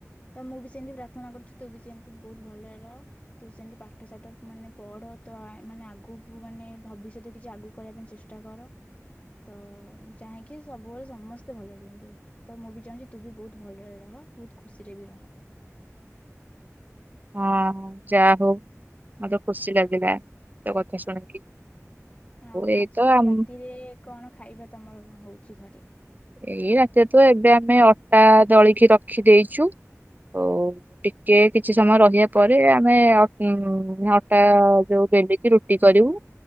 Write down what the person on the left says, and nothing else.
ତ ମୁଁ ବି ସେମିତି ପ୍ରାର୍ଥନା କରୁଛି ତୁ ବି ସେମତି ବହୁତ ଭଲରେ ରହ। ତୁ ସେମିତି ପାଠ ସାଠ ମାନେ ପଢ ତୁ ଆଇ ମାନେ ଆଗକୁ ମାନେ ଭବିଷ୍ୟତରେ କିଛି ଆଗକୁ କରିବା ପାଇଁ ଚେଷ୍ଟା ଷ୍ଟା କର ତ ମୁଁ ଚାହେଁକି ସବୁବେଳେ ସମସ୍ତେ ଭଲରେ ରୁହନ୍ତୁ। ତ ମୁଁ ବି ଚାହୁଁଚି ତୁ ବି ବହୁତ ଭଲରେ ରହ ବହୁତ ଖୁସିରେ ବି ରହ।
ଆଉ
ଆଜି
ରାତିରେ କଣ ଖାଇବା ତମର ହଉଚି ଘରେ?